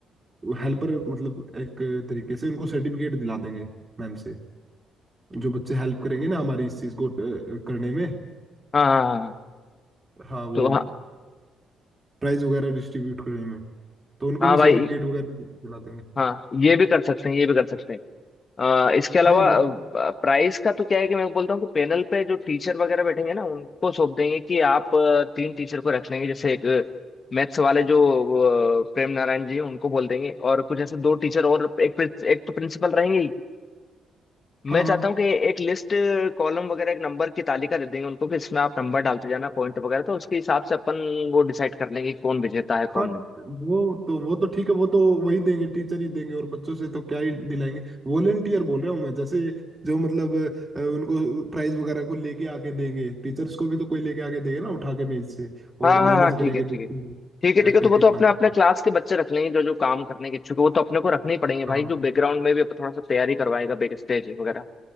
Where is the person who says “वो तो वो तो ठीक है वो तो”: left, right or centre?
Right